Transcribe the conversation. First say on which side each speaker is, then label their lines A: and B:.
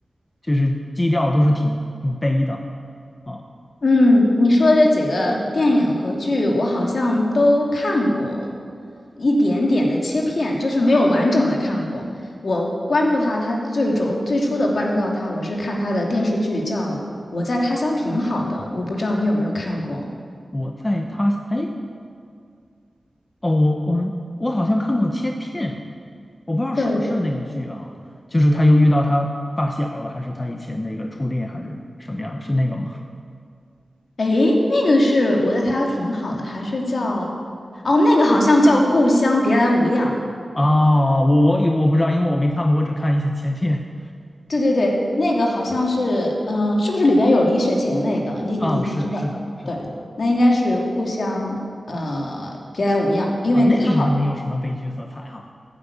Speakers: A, on the left; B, on the left.
A: 就是基调都是挺挺悲的啊。
B: 嗯，你说的这几个电影和剧，我好像都看过一点点的切片，就是没有完整的看过。我关注他，他最终最初的关注到他，我是看他的电视剧叫《我在他乡挺好的》，我不知道你有没有看过。
A: 我在他哎。哦，我我们我好像看过切片啊，我不知道是不是那个剧啊，
B: 对，
A: 就是他又遇到他发小了，还是他以前的一个初恋，还是什么样？是那个吗？
B: 哎，那个是我在他乡挺好的，还是叫哦，那个好像叫《故乡别来无恙》。
A: 哦，我我也我不知道，因为我没看过，我只看一些切片。
B: 对对对，那个好像是，嗯、呃是不是里边有李雪琴那个？你你知道？
A: 哦，是是的，是的
B: 对，那应该是故乡，呃，别来无恙，因为他好，
A: 啊，那个应该没有什么悲剧色彩哈。